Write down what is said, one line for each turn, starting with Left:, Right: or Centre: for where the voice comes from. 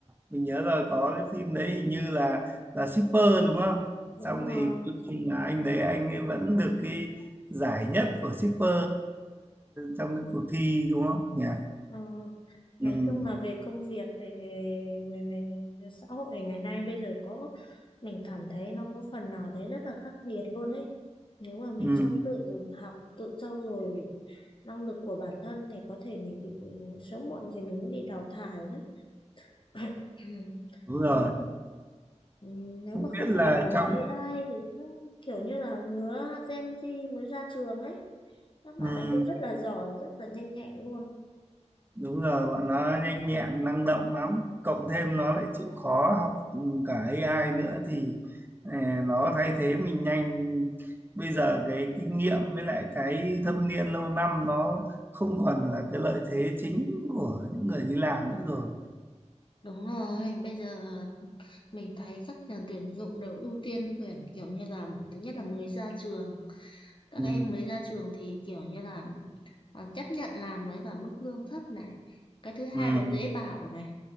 Right: mình nhớ rồi có cái phim đấy hình như là là shipper đúng không
Left: Đúng
Right: xong
Left: rồi.
Right: thì cuối cùng là anh đấy anh ấy vẫn được cái giải nhất của shipper trong cái cuộc thi đúng không nhỉ
Left: Ờ, nói
Right: ừ,
Left: chung là về công việc về, về về xã hội ngày nay bây giờ có mình cảm thấy nó có phần nào đấy rất là khắc nghiệt luôn đấy. Nếu mà mình
Right: ừ,
Left: không tự học, tự trau dồi năng lực của bản thân thì có thể mình bị sớm muộn thì mình cũng bị đào thải đấy. <coughs>
Right: đúng rồi
Left: Nếu Ừ, nếu
Right: không
Left: mà
Right: biết
Left: không
Right: là
Left: phải là
Right: trong
Left: AI thì cũng kiểu như là lứa Gen Z mới ra trường ấy các bạn
Right: ừ,
Left: ấy cũng rất là giỏi rất là nhanh nhẹn luôn
Right: Đúng rồi, bọn nó nhanh nhẹn, năng động lắm. Cộng thêm nó lại chịu khó học ừ, cả AI nữa thì ờ, nó thay thế mình nhanh. Bây giờ cái kinh nghiệm với lại cái thâm niên lâu năm nó không còn là cái lợi thế chính của những người đi làm nữa rồi.
Left: Đúng rồi, bây giờ mình thấy các trường tuyển dụng đều ưu tiên tuyển kiểu như là thứ nhất là mới ra trường, các
Right: Ừ,
Left: em mới ra trường thì kiểu như là à, chấp nhận làm với cả mức lương thấp này. Cái thứ hai
Right: ừ,
Left: là dễ bảo này,